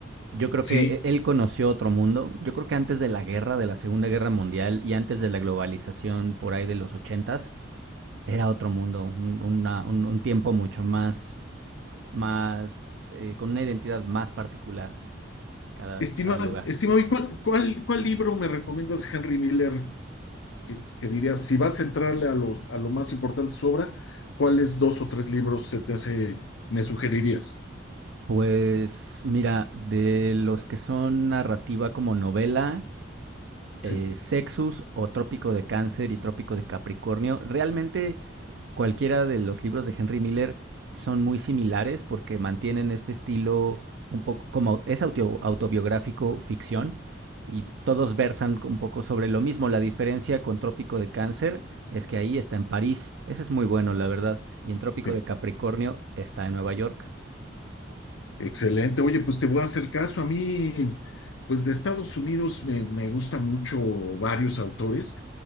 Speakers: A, on the right (about 65°); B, on the left (about 80°).
A: Yo creo
B: Sí.
A: que e- él conoció otro mundo. Yo creo que antes de la guerra, de la Segunda Guerra Mundial y antes de la globalización por ahí de los ochentas, era otro mundo, un, una, un, un tiempo mucho más, más, eh, con una identidad más particular cada,
B: Estimado,
A: cada lugar.
B: estimado, ¿y cuál, cuál, cuál libro me recomiendas de Henry Miller que, que dirías, si vas a entrarle a los, a lo más importante de su obra, ¿cuáles dos o tres libros se te hace, me sugerirías?
A: Pues mira, de los que son narrativa como novela, eh,
B: Sí,
A: Sexus o Trópico de Cáncer y Trópico de Capricornio. Realmente cualquiera de los libros de Henry Miller son muy similares porque mantienen este estilo un poco como es auto- autobiográfico ficción y todos versan un poco sobre lo mismo. La diferencia con Trópico de Cáncer es que ahí está en París, ese es muy bueno, la verdad, y en Trópico
B: sí.
A: de Capricornio está en Nueva York.
B: Excelente. Oye, pues te voy a hacer caso. A mí, pues de Estados Unidos me, me gusta mucho varios autores.